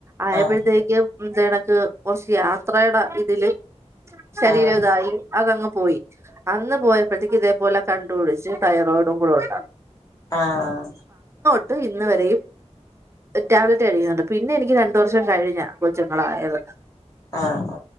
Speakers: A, on the right (about 25°); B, on the left (about 30°).
A: ആയപ്പോഴത്തേക്ക്
B: ആഹ്
A: ഇത് കണക്ക് കുറച്ച് യാത്രയുടെ. തില് ശരീരതായി
B: ആഹ്
A: അതങ്ങ് പോയി. അന്ന് പോയപ്പോഴത്തേക്ക് ഇതേപോലെ. കണ്ടുപിടിച്ച് തൈറോയിഡും കൂടെ ഉണ്ടെന്ന്.
B: ആഹ്.
A: അത് ഇന്ന് വരെയും. ടാബ്ലറ്റ് കഴിക്കുന്നുണ്ട്. പിന്നെ എനിക്ക് രണ്ടു വർഷം കഴിഞ്ഞാ കൊച്ചുങ്ങളായത്.
B: ആഹ് ആഹ്